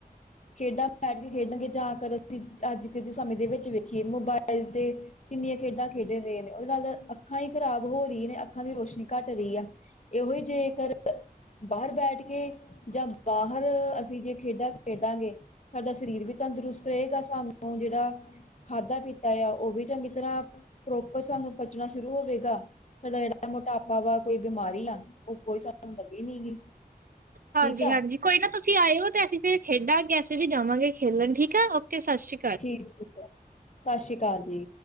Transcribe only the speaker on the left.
ਖੇਡਾਂ ਬੈਠ ਕੇ ਖੇਡਣਗੇ ਜਾਂ ਤਰ ਅਸੀ ਆੱਜ ਦੇ ਸਮੇਂ ਦੇ ਵੇਚ ਵੇਖੀਏ ਮੋਬਾਇਲ ਤੇ ਕਿੰਨੀਆਂ ਖੇਡਾਂ ਖੇਡ ਰੇ ਨੇ, ਓਦੇ ਨਾਲ ਅੱਖਾਂ ਈ ਖ਼ਰਾਬ ਹੋਰੀ ਨੇ ਅੱਖਾਂ ਦੀ ਰੋਸ਼ਨੀ ਘਾੱਟ ਰੀ ਆ। ਏ ਓਹੀ ਜੇਕਰ ਬਾਹਰ ਬੈਠ ਕੇ ਜਾਂ ਬਾਹਰ ਅਸੀ ਜੇ ਖੇਡਾਂ ਖੇਡਾਂਗੇ ਸਾਡਾ ਸਰੀਰ ਵੀ ਤੰਦਰੁਸਤ ਰਏਗਾ, ਸਾਨੂੰ ਜੇੜਾ ਖਾਧਾ ਪੀਤਾ ਆ ਓ ਵੀ ਚੰਗੀ ਤਰਾਂ ਪ੍ਰੋਪਰ ਸਾਨੂੰ ਪਚਣਾ ਸ਼ੁਰੂ ਹੋਵੇਗਾ। ਸਾਡਾ ਜੇੜਾ ਮੋਟਾਪਾ ਵਾ, ਕੋਈ ਬਿਮਾਰੀ ਆ ਓ ਕੋਈ ਸਾਨੂੰ ਲੱਗੀ ਨੀ ਗੀ।
ਠੀਕ ਆ
ਠੀਕ ਠੀਕ ਐ, ਸ਼ਾਸ਼ੀ ਕਾਲ ਜੀ।